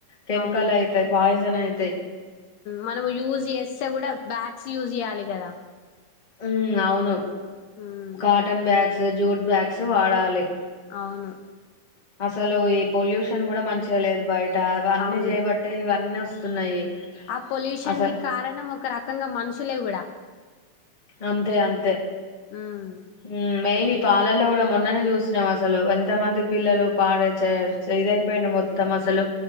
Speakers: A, on the left (about 20°); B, on the left (about 75°).
A: కెమికల్
B: అవును
A: అయితాయి. పాయిసన్ అయి అంతే
B: మనం యూజ్ చేస్తే కూడా బ్యాక్ మిక్స్ యూజ్ చేయ్యాలి. కదా
A: ఉమ్ అవును
B: ఉమ్
A: కాటన్ బ్యాగ్ జూట్ బ్యాగ్స్ వాడాలి.
B: అవును
A: అసలు ఈ పొల్యూషన్ కూడా మంచిగా లేదు బయట అవన్నీ
B: అవును
A: చేయబట్టే ఇవన్నీ వస్ వస్తున్నాయి.
B: ఆ పొల్యూషన్
A: అసలు
B: కి కారణం ఒక రాక రకంగా మనుషులే కూడా
A: అంతే అంతే
B: ఉమ్
A: హ్మ్ మెయిన్ ఇప్ పాలల్లో కూడా మొన్ననే చూసినం అసలు ఎంతమంది పిల్లలు పాలచే ఇదయి పోయిర్రు మొత్తం అసలు